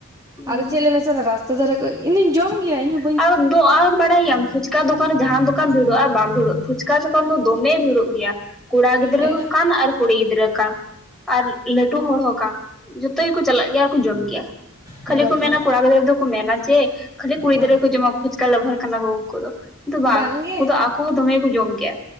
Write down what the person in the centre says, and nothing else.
ᱦᱩᱸ
ᱟᱨ ᱫᱚ ᱟᱨ ᱵᱟᱲᱟᱭ ᱜᱮᱭᱟᱢ ᱯᱷᱩᱪ ᱠᱟ ᱫᱳᱠᱟᱱ ᱨᱮ, ᱡᱟᱦᱟᱱ ᱫᱳᱠᱟᱱ ᱵᱷᱤᱲᱚᱜ ᱟᱨ ᱵᱟᱝ ᱵᱷᱤᱲᱚᱜ ᱯᱷᱩᱪᱠᱟ ᱫᱳᱠᱟᱱ ᱫᱚ ᱫᱳᱢᱮ ᱵᱷᱤᱲᱚᱜ ᱜᱮᱭᱟ᱾ ᱠᱚᱲᱟ ᱜᱤᱫᱽᱨᱟᱹ
ᱦᱚᱸ ᱠᱟᱱ ᱟᱨ ᱠᱩᱲᱤ ᱜᱤᱫᱽᱨᱟᱹ ᱠᱟᱱ ᱟᱨ ᱞᱟᱹᱴᱩ ᱦᱚᱲ ᱦᱚᱸ ᱠᱟᱱ ᱡᱚᱛᱚ ᱜᱮ ᱠᱩ ᱪᱟᱞᱟᱜ ᱜᱮᱭᱟ ᱟᱨ ᱠᱩ ᱡᱚᱢ ᱜᱮᱭᱟ
᱾ᱠᱷᱟᱹᱞᱤ
ᱠᱚ ᱢᱮᱱᱟ ᱠᱚᱲᱟ ᱜᱤᱫᱽᱨᱟᱹ ᱫᱚ ᱠᱳ ᱢᱮᱱᱟ ᱡᱮ ᱠᱷᱟᱹᱞᱤ ᱠᱩᱲᱤ
ᱜᱤᱫᱽᱨᱟᱹ ᱜᱮ ᱠᱚ ᱡᱚᱢᱟ ᱯᱷᱚᱪᱠᱟ ᱞᱟᱵᱷᱟᱨ ᱠᱟᱱᱟ ᱠᱚ ᱩᱱᱠᱩ ᱫᱚ, ᱠᱤᱱᱛᱩ ᱵᱟᱝ
ᱩᱱᱠᱩ ᱫᱚ ᱟᱠᱚ ᱦᱚᱸ ᱫᱚᱢᱮ ᱜᱮ ᱠᱚ ᱡᱚᱢ ᱜᱮᱭᱟ᱾